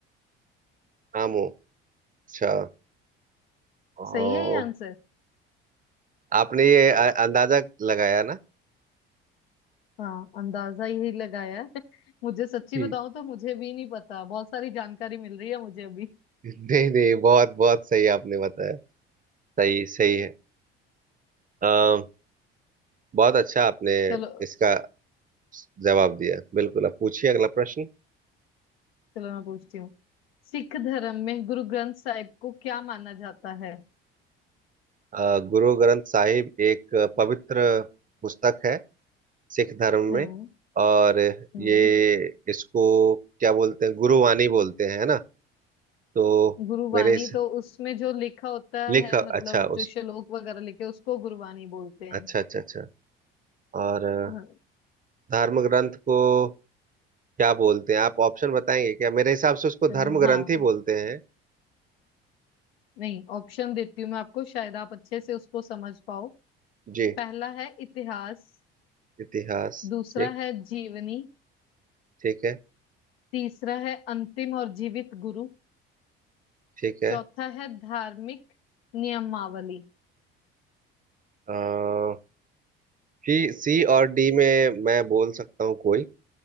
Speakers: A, on the right; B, on the left.
A: तामो अच्छा ओ,
B: सही है ये आंसर
A: आपने ये अ- अंदाजा लगाया ना
B: हाँ अंदाजा यही लगाया है <laughs> मुझे सच्ची
A: कि
B: बताऊं तो मुझे भी नहीं पता बहुत सारी जानकारी मिल रही है मुझे अभी
A: <laughs> नहीं नहीं बहुत बहुत सही आपने बताया सही सही है अम, बहुत अच्छा आपने
B: चलो
A: इसका जवाब दिया बिल्कुल अब पूछिए अगला प्रश्न
B: चलो मैं पूछती हूँ सिख धर्म में गुरु ग्रंथ साहिब को क्या माना जाता है
A: अ, गुरु ग्रंथ साहिब एक पवित्र पुस्तक है सिख धर्म
B: हाँ
A: में और
B: हम्म
A: ये इसको क्या बोलते हैं गुरुवाणी बोलते हैं है ना तो
B: गुरुवाणी
A: मेरे इस
B: तो उसमें जो लिखा होता
A: लिख
B: है
A: अच्छा
B: मतलब
A: उस
B: जो श्लोक वगैरह लिखे उसको गुरुवाणी बोलते हैं
A: अच्छा अच्छा अच्छा और अ,
B: हाँ
A: धर्म ग्रंथ को क्या बोलते हैं आप ऑप्शन बताएंगे क्या मेरे हिसाब से उसको
B: तो मैं-
A: धर्म
B: हाँ
A: ग्रंथ ही बोलते हैं
B: नहीं ऑप्शन देती हूँ मैं आपको शायद आप अच्छे से उसको समझ पाओ
A: जी
B: पहला है इतिहास
A: इतिहास
B: दूसरा
A: ठीक
B: है जीवनी
A: ठीक है
B: तीसरा है अंतिम और जीवित गुरु
A: ठीक है
B: चौथा है धार्मिक नियमावली
A: आ, सी सी और डी में मैं बोल सकता हूँ कोई